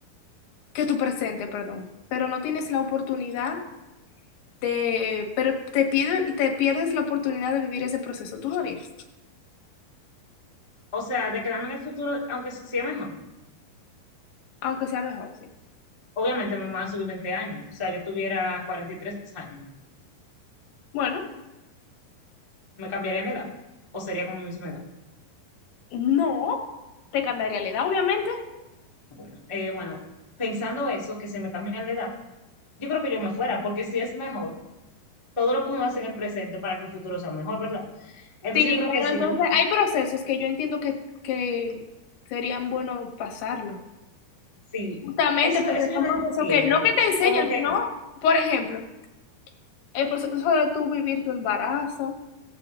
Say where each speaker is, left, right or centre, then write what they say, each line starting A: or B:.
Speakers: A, on the left; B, on the left.
A: que tu presente, perdón, pero no tienes la oportunidad te, pero te, pierde- te pierdes la oportunidad de vivir ese proceso. Tú lo harías,
B: O sea, de quedarme en el futuro, aunque sí es mejor.
A: aunque sea mejor, sí.
B: Obviamente me van a subir 20 años. O sea, yo tuviera 43 años.
A: Bueno,
B: ¿Me cambiaría la edad? ¿O sería como mi misma edad?
A: no, te cambiaría la edad, obviamente.
B: Bueno, eh, bueno, pensando eso, que si me cambian la edad, yo creo que yo me fuera, porque si es mejor, todo lo que uno hace en el presente para que el futuro sea mejor, ¿verdad? Entonces
A: Sí,
B: yo creo
A: pero
B: que sí,
A: entonces
B: yo,
A: hay procesos que yo entiendo que, que serían buenos pasarlo.
B: sí,
A: Justamente
B: eso,
A: porque
B: eso yo
A: son
B: lo
A: procesos
B: entiendo.
A: que no que te enseñan,
B: Como que
A: sino, por ejemplo, el proceso de tú vivir tu embarazo,